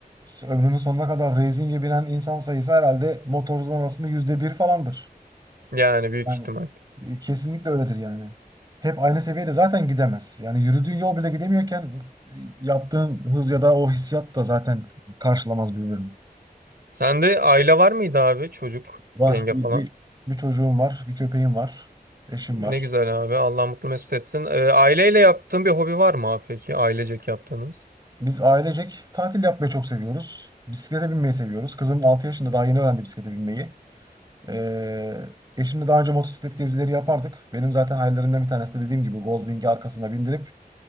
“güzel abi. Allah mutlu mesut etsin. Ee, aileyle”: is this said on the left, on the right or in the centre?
Right